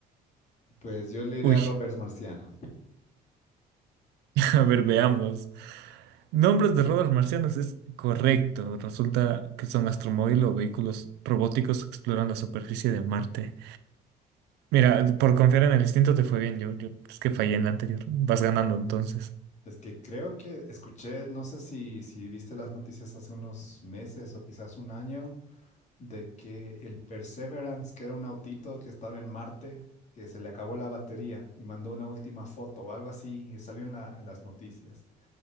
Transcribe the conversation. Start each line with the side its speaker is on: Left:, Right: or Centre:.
Left: Pues yo le iré
Right: Uy,
Left: a rovers marcianos.
Right: <laughs> a ver, veamos. Nombres de rovers marcianos es correcto. Resulta que son astromóvil o vehículos robóticos que exploran la superficie de Marte. Mira, por confiar en el instinto te fue bien. Yo, yo es que fallé en la anterior. Vas ganando entonces.
Left: Es que creo que escuché, no sé si, si viste las noticias hace unos meses o quizás un año, de que el Perseverance, que era un autito que estaba en Marte, que se le acabó la batería y mandó una última foto o algo así y salió en la, en las noticias.